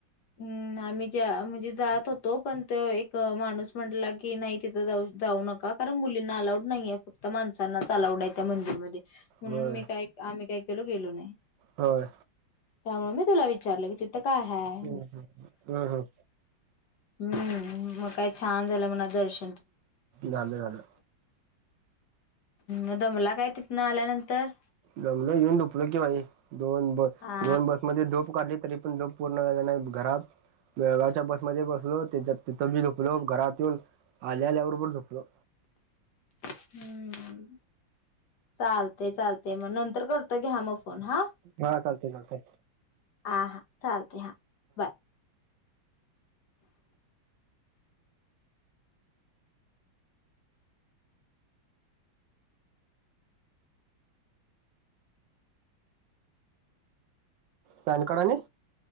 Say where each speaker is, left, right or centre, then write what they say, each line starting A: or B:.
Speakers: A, on the left; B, on the right.
A: हम् आम्ही ज्या म्हणजे जात होतो पण त एक माणूस म्हटला की नाही तिथं जाऊ जाऊ नका कारण मुलींना अलाऊड नाही आहे फक्त माणसांनाच अलाउड आहे त्या मंदिरमध्ये म्हणून
B: होय
A: मी काय आम्ही काय केलो गेलो नाही
B: होय
A: त्यामुळे मी तुला विचारलं की तिथं काय हाय?
B: हम्म हम् हम् हम्
A: हम्म मग काय छान झालं म्हणा दर्श
B: झाल झालं
A: ह् दमला काय तिथ न आल्यानंतर
B: जमलं येऊन धुपलं कि बाई दोन बस
A: आ
B: दोन बसमध्ये झोप काढली तरी पण झो पूर्ण व्हायला नाही घरात बेळगावच्या बसमध्ये <unintelligible> घरात न आल्या आल्याबरोबर झोपलो
A: हम्म चालते चालते मग नंतर करतो घ्या मग फोन हा
B: हा चालतंय चालतंय
A: हा हा चालते हा बाय
B: पॅन कार्ड आणि